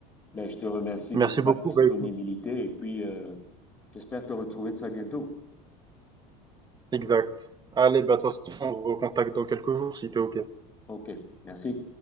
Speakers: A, on the left; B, on the right.
A: Ben, je te remercie
B: Merci
A: pour ta
B: beaucoup.
A: disponibilité
B: Bah, écoute,
A: et puis euh, j'espère te retrouver très bientôt.
B: exact. Allez, bah, de toute façon, on se recontacte dans quelques jours si t'es OK.
A: OK, merci.